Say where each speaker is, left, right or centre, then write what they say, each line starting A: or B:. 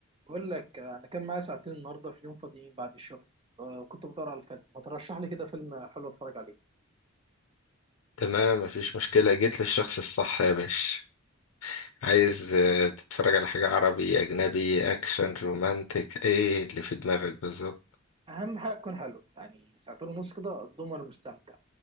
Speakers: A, on the right; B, on the left.
A: بقول لك آه، انا كان معايا ساعتين النهارده في يوم فاضيين بعد الشغل آه، كنت بدور على فيلم ما ترشح لي كده فيلم حلو اتفرج عليه
B: تمام مفيش مشكلة جيت للشخص الصح يا باشا عايز
A: مستني
B: آه، تتفرج على حاجة عربي أجنبي أكشن رومانتك إيه اللي في دماغك بالظبط
A: اهم حاجه يكون حلو يعني ساعتين ونص كده اضمن وانا مستمتع